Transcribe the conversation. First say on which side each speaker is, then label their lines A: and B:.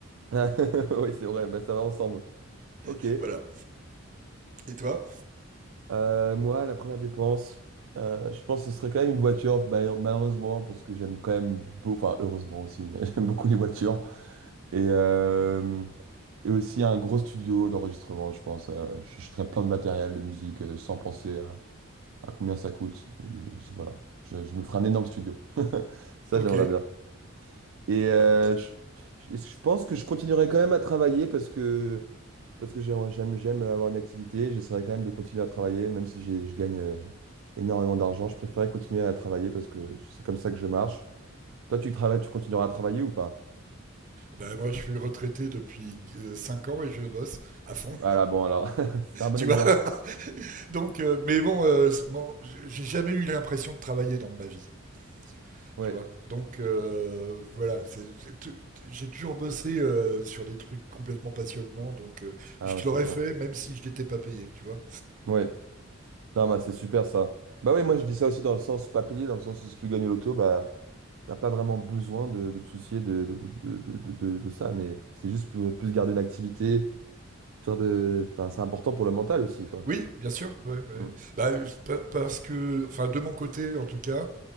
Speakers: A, on the right (about 70°); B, on the right (about 40°).
A: Ah, <laughs> Oui, c'est vrai, bah, ça va ensemble.
B: <laughs>
A: Ok.
B: voilà. Et toi?
A: Euh, moi, la première dépense, euh, je pense que ce serait quand même une voiture, mal- malheureusement, parce que j'aime quand même, beau- enfin heureusement aussi, <laughs> j'aime beaucoup les voitures. Et, euh, et aussi un gros studio d'enregistrement, je pense. Euh, je j'achèterais plein de matériel de musique euh, sans penser à, à combien ça coûte. Et je- voilà, je, je me ferais un énorme studio. <laughs> Ça,
B: Ok.
A: j'aimerais bien. Et euh,
B: Ok.
A: je, je- je pense que je continuerai quand même à travailler parce que parce que j'aime, j'aime j'aime avoir une activité, j'essaierai quand même de continuer à travailler, même si j'ai- je gagne euh, énormément d'argent, je préférerais continuer à travailler parce que c'est comme ça que je marche. Toi, tu travailles, tu continueras à travailler ou pas?
B: Ben, moi, je suis retraité depuis euh, 5 ans et je bosse à fond.
A: Ah là, bon, alors, <laughs> c'est un bon
B: tu
A: exemple.
B: vois. <laughs> Donc, euh, mais bon, euh, c'est- bon, j'ai jamais eu l'impression de travailler dans ma vie,
A: Ouais.
B: tu vois. Donc euh, voilà, c'est- c'est- tu- tu- j'ai toujours bossé euh, sur des trucs complètement passionnants, donc euh,
A: Ah,
B: je
A: bah, c'est
B: l'aurais
A: bien.
B: fait même si je n'étais pas payé, tu vois.
A: Ouais. Non, bah, c'est super ça. Bah oui, moi, je dis ça aussi dans le sens pas payé, dans le sens où si tu gagnes au loto, bah, t'as pas vraiment besoin de, de te soucier de, de, de, de, de- de- de ça, mais c'est juste plus, plus garder une activité, histoire de. Enfin, c'est important pour le mental aussi, quoi.
B: Oui, bien sûr, ouais, ouais.
A: Mm.
B: Bah, euh, pa- parce que, enfin, de mon côté en tout cas,